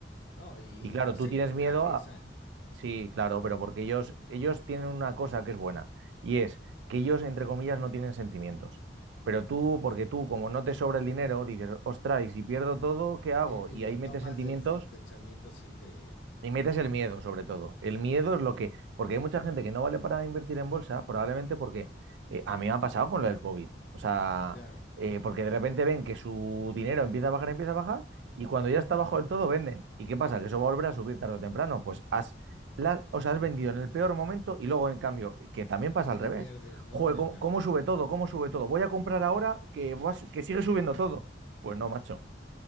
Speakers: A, on the left; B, on the right.
A: No, y
B: Y claro,
A: lo hacen
B: tú tienes
A: con
B: miedo
A: cabeza.
B: Sí, claro, pero porque ellos, ellos tienen una cosa que es buena y es que ellos, entre comillas, no tienen sentimientos. Pero
A: Ujú.
B: tú, porque tú, como no te sobra el dinero, dices, ostras, y si pierdo todo, ¿qué hago?
A: y,
B: Y
A: y lo
B: ahí metes
A: tomas
B: sentimientos
A: desde el pensamiento así de,
B: y
A: de
B: metes
A: ¿cómo se
B: el
A: llama?
B: miedo, sobre todo. El
A: Ujú.
B: miedo es lo que, porque hay mucha gente que no vale para invertir en bolsa, probablemente porque eh, a mí me ha pasado con lo del COVID. O sea,
A: Claro.
B: eh, porque de repente ven que su dinero empieza a bajar, empieza a bajar, y cuando ya está bajo del todo, venden. ¿Y qué pasa? Que eso va a volver a subir tarde o temprano. Pues has, la- o sea, has vendido en el peor momento y luego, en cambio, que también pasa al
A: Y
B: revés.
A: pierdes, ¿no?
B: Joder,
A: En el
B: ¿cómo,
A: camino.
B: cómo sube todo? ¿Cómo sube todo? Voy a comprar ahora que, va que sigue subiendo todo. Pues no, macho.